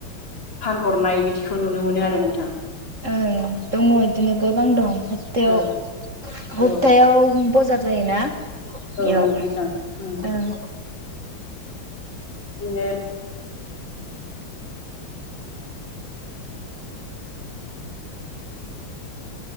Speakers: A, on the left (about 60°); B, on the right (about 40°).
A: फानहरनाय बिथि खौ नुनो मोनो आरो नोंथाङा
B: ओं दङ इदिनो गोबां दं हबटायाव
A: औ
B: हबटायाव
A: औ
B: बजार जायोना बेयाव
A: औ नंगौ नोंथां। उम
B: ओं
A: बिदिनो